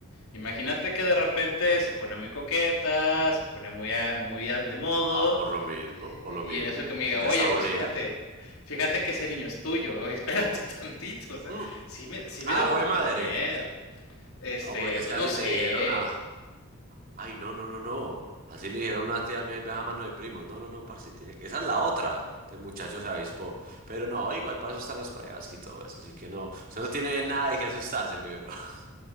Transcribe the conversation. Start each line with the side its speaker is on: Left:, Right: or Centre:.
Left: Imagínate que de repente se pone muy coqueta, se pone muy, a- muy a- de modo,
Right: Ah, por lo mismo,
Left: eh,
Right: por lo
Left: y
Right: mismo.
Left: en eso que me
Right: Pues
Left: diga, oye,
Right: ya está aburrida.
Left: pues fíjate, fíjate que ese niño es tuyo, oye, espérate <laughs> tantito, o sea,
Right: Mm,
Left: sí me, sí me
Right: Ah,
Left: da poquito
Right: jue madre.
Left: de miedo. Este,
Right: Ah, porque es
Left: pues
Right: que así
Left: no sé,
Right: le dijeron a. Ay, no, no, no, no. Así le dijeron a una tía mía y baja mano de primo. No, no, no, parce, tiene que. Esa es la otra. El muchacho se avispó. Pero no, igual para eso están las pruebas y todo eso. Así que no. Usted
Left: pues,
Right: no tiene
Left: eh,
Right: nada de qué asustarse, mi bro. <laughs>